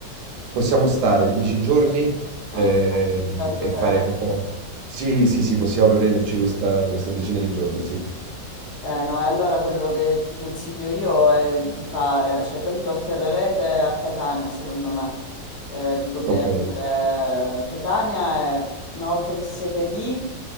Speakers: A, on the right (about 70°); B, on the left (about 50°).
A: Possiamo stare 10 giorni eh,
B: oh, tanto
A: e fare
B: tempo.
A: un po'. Sì, sì, sì, possiamo prenderci questa, questa decina di giorni, sì.
B: Eh, no, e allora quello che ti consiglio io è di fare, cioè tanto atterrerete a Catania, secondo me. Eh, vi conviene
A: Ok,
B: prendere Catania e una volta che siete lì